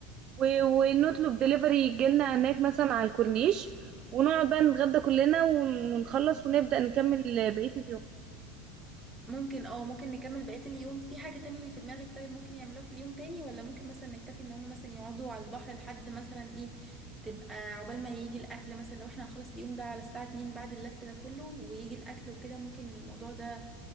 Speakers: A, on the right; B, in the centre.
A: و... ونطلب دليفري يجيلنا هناك مثلا على الكورنيش ونقعد بقى نتغدى كلنا ون- ونخلص ونبدأ نكمل بقية اليوم
B: ممكن اه ممكن نكمل بقية اليوم في حاجة تانية في دماغك طيب ممكن يعملوها في اليوم تاني ولا ممكن مثلا نكتفي ان هم مثلا يقعدوا على البحر لحد مثلا ايه تبقى عقبال ما يجي الاكل مثلا لو احنا هنخلص اليوم ده على الساعة 2 بعد اللف ده كله ويجي الاكل وكده ممكن الموضوع ده